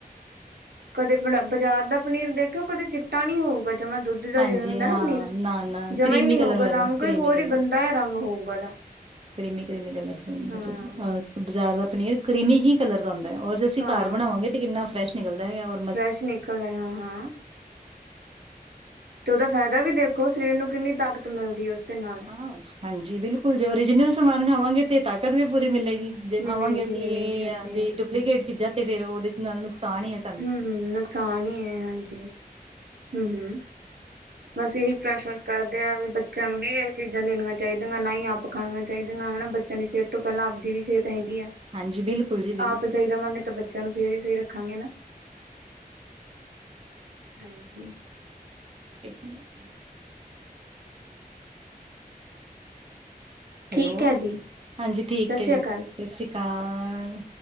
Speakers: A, on the right; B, on the right.
A: ਕਦੇ ਬਾਜ਼ਾਰ ਦਾ ਪਨੀਰ ਦੇਖਿਓ ਕਦੇ ਚਿੱਟਾ ਨਹੀਂ ਹੋਊਗਾ ਜਮਾ ਦੁੱਧ ਦੁਧ ਦਾ
B: ਹਾਂਜੀ
A: ਜਿਵੇ ਹੁੰਦਾ
B: ਹਾਂ,
A: ਨਾ ਪਨੀਰ
B: ਨਾ-ਨਾ
A: ਜਮਾ
B: ਕਰੀਮੀ
A: ਹੀ ਨੀ
B: ਕਲਰ
A: ਹੋਊਗਾ
B: ਹੋਏਗਾ,
A: ਰੰਗ
B: ਕਰੀਮੀ
A: ਹੋਰ
B: ਕਲਰ।
A: ਹੀ ਗੰਦਾ ਈ ਰੰਗ ਹੋਊਗਾ ਉਹਦਾ।
B: ਕਰੀਮੀ-ਕਰੀਮੀ ਕਲਰ ਹੂੰ,
A: ਹਾਂ
B: ਬਾਜ਼ਾਰ ਦਾ ਪਨੀਰ ਕਰੀਮੀ ਹੀ ਕਲਰ ਦਾ ਹੁੰਦਾ ਹੈ। ਔਰ ਅਸੀਂ
A: ਹਾਂ।
B: ਘਰ ਬਣਾਵਗੇ ਕਿੰਨਾ ਵਰੈਸ਼ ਨਿਕਦਾ ਹੈਗਾ ਉ।
A: ਫਰੈਸ਼ ਨਿਕਲ ਹੈ। ਹਾਂ-ਹਾਂ। ਤੇ ਉਹਦਾ ਫਾਇਦਾ ਵੀ ਦੇਖੋ ਸਰੀਰ ਨੂੰ ਕਿੰਨੀ ਤਾਕਤ ਮਿਲਦੀ ਉਸਦੇ ਨਾਲ।
B: ਹਾ-ਹਾਂਜੀ, ਬਿਲਕੁਲ ਜੇ ਓਰੀਜਨਲ ਸਮਾਨ ਖਾਵਾਂਗੇ ਤੇ ਤਾਕਤ ਵੀ ਪੂਰੀ ਮਿਲੇਗੀ। ਜੇ
A: ਮਿਲੇਗੀ
B: ਖਾਵਾਂਗੇ ਅਸੀਂ
A: ਮਿਲੇਗੀ
B: ਇਹ
A: ਹਾਂਜੀ
B: ਆ ਜੇ
A: ਹਾਂਜੀ
B: ਡੁਪਲੀਕੇਟ ਚੀਜ਼ਾਂ ਤੇ ਫੇਰ ਉਹਦੇ ਨਾਲ ਨੁਕਸਾਨ ਹੀ ਏ।
A: ਹੂੰ-ਹੂੰ, ਨੁਕਸਾਨ ਹੀ ਹੈ ਹਾਂਜੀ ਹੂੰ-ਹੂੰ। ਬਸ ਇਹੀ ਪ੍ਰੈਫਰਸ ਕਰਦੇ ਆ ਵੀ ਬੱਚਿਆਂ ਨੂੰ ਨੀ ਇਹ ਚੀਜ਼ਾਂ ਦੇਣੀਆਂ ਚਾਹੀਦੀਆਂ ਨਾ ਹੀ ਆਪ ਖਾਣੀਆਂ ਚਾਹੀਦੀਆਂ ਹੈਨਾ ਬੱਚਿਆਂ ਦੀ ਸਿਹਤ ਤੋਂ ਪਹਿਲਾਂ ਆਪਦੀ ਵੀ ਸਿਹਤ ਹੈਗੀ ਆ,
B: ਹਾਂਜੀ ਬਿਲਕੁਲ ਜੀ ਬਿਲਕੁਲ।
A: ਆਪ ਸਹੀ ਰਵਾਂਗੇ। ਤਾਂ ਬੱਚਿਆਂ ਨੂੰ ਫੇਰ ਹੀ ਸਹੀ ਰੱਖਾਂਗੇ ਨਾ, ਹਾਂਜੀ।
B: ਇੱਕ ਮਿਨਟ
A: ਠੀਕ
B: ਹੈਲੋ
A: ਹੈ ਜੀ
B: ਹਾਂਜੀ, ਠੀਕ
A: ਸਤਿ ਸ੍ਰੀ
B: ਹੈ ਜੀ,
A: ਅਕਾਲ
B: ਸਤਿ ਸ਼੍ਰੀ ਅਕਾਲ।